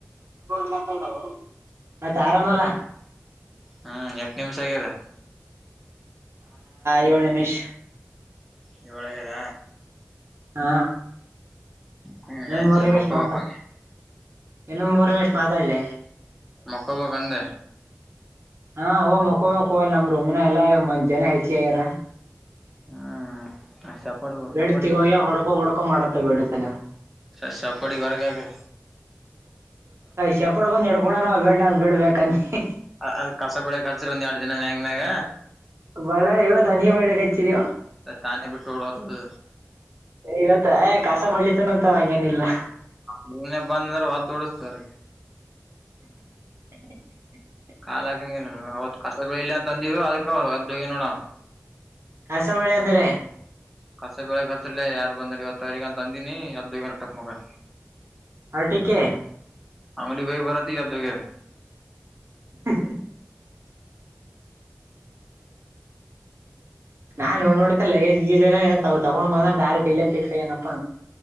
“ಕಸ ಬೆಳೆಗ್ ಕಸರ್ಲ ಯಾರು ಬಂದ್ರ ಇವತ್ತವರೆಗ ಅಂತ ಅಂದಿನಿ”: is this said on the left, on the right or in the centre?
Centre